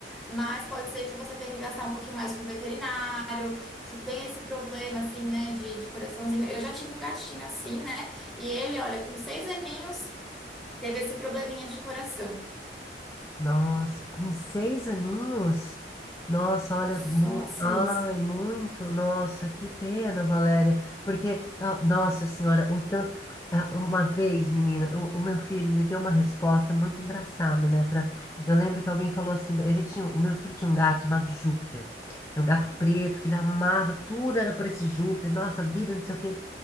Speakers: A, in the centre; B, on the left (about 15°).
A: mas pode ser que você tenha que gastar um pouquinho mais com veterinário, que tem esse problema, assim, né, de, de coraçãozinho. Eu já tive um gatinho assim, né? E ele, olha, com seis aninhos, teve esse probleminha de coração.
B: Nossa, com seis aninhos? Nossa, olha,
A: Só
B: mu-
A: seis.
B: ai, muito, nossa, que pena, Valéria, porque, ah, nossa senhora, o tanto, ah, uma vez, menina, o, o meu filho, ele deu uma resposta muito engraçada, né, pra, eu lembro que alguém falou assim, ele tinha, o meu filho tinha um gato chamado Júpiter, era um gato preto, que ele amava, tudo era por esse Júpiter, nossa, vida, não sei o quê,